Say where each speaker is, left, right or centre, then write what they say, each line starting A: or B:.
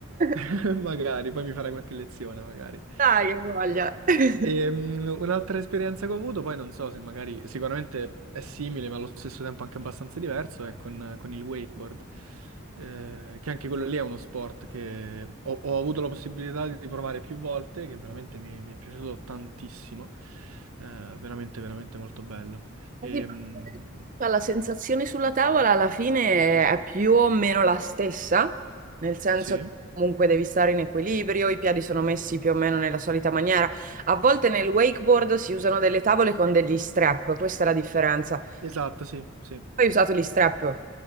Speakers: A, on the right; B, on the right.
A: <laughs>
B: <laughs>
A: Magari, poi mi farai qualche lezione, magari.
B: Dai, che voglia. <laughs>
A: Ehm, un'altra esperienza che ho avuto, poi non so se magari sicuramente è simile, ma allo stesso tempo anche abbastanza diverso, è con, con il wakeboard, Eh, che anche quello lì è uno sport che ho, ho avuto la possibilità di provare più volte, che veramente mi, mi è piaciuto tantissimo, Eh, veramente, veramente molto bello. Ehm,
B: Sì, ma eh, La sensazione sulla tavola alla fine è più o meno la stessa, nel senso
A: sì,
B: che comunque devi stare in equilibrio, i piedi sono messi più o meno nella solita maniera. A volte nel wakeboard si usano delle tavole con degli strap, questa è la differenza.
A: esatto,
B: Tu
A: sì, sì,
B: hai usato gli strap